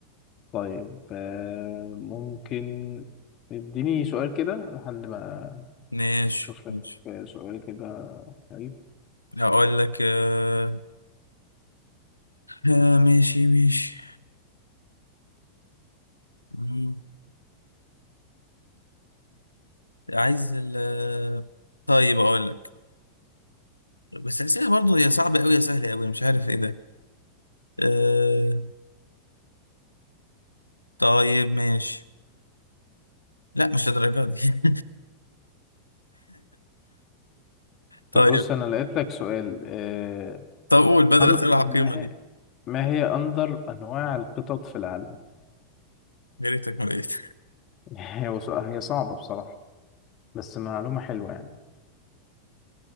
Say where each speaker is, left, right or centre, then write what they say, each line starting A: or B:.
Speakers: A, on the left; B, on the left.
A: طيب آه، ممكن اديني سؤال كده لحد ما
B: ماشي
A: اشوف لك
B: ماشي
A: آه، سؤال كده حلو
B: هقول لك آه... آه ماشي ماشي مم. عايز ال آه، طيب أقول لك بس الأسئلة برضه يا صعبة أوي يا سهلة أوي مش عارف إيه ده آه... طيب ماشي لا مش للدرجة دي <laughs> طيب
A: طب بص انا لقيت لك سؤال آه،
B: طب قول بدل
A: أن...
B: الأسئلة العقيمة
A: ما
B: دي
A: هي ما هي اندر انواع القطط في العالم
B: يا ريتك ما لقيت
A: <laughs> هي ص- هي صعبة بصراحة بس معلومة حلوة يعني